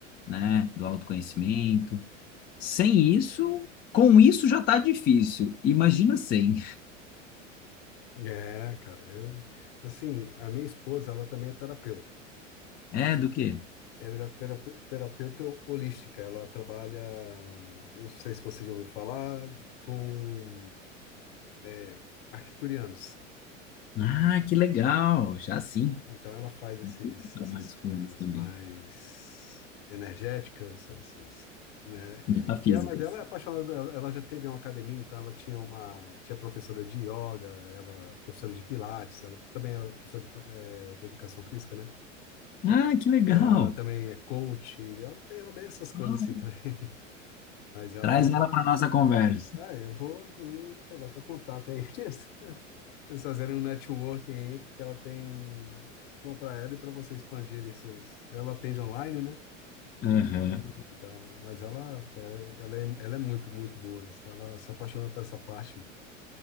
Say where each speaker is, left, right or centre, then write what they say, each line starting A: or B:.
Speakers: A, on the left; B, on the left.
A: né, do autoconhecimento. Sem isso, com isso já tá difícil. Imagina sem.
B: É, cara, eu, assim, a minha esposa, ela também é terapeuta.
A: É, do quê?
B: Ela é terap- terapeuta holística. Ela trabalha, não sei se você já ouviu falar, com é, arcturianos.
A: Ah, que legal, já sim.
B: Então, ela faz esses,
A: Eu fiz trabalhos
B: essas coisas
A: com eles também,
B: mais energéticas, esses, né?
A: metafísicas.
B: E ela, mas ela é apaixonada. Ela ela já teve uma academia, então ela tinha uma, tinha professora de yoga, ela é professora de pilates, ela também era professora de, eh, de educação física, né?
A: Ah, que legal.
B: Então ela também é coach, ela tem ela é bem essas coisas
A: Ah,
B: assim também. <laughs> Mas ela,
A: Traz ela para nossa conversa.
B: ah, eu vou incluir pegar seu contato aí. <laughs> Vocês fazerem um networking aí, porque ela tem bom para ela e para você expandir isso. Ela atende online, né?
A: Aham.
B: Então, mas ela é, ela é, ela é muito, muito boa nisso. Então, Ela se apaixonou por essa parte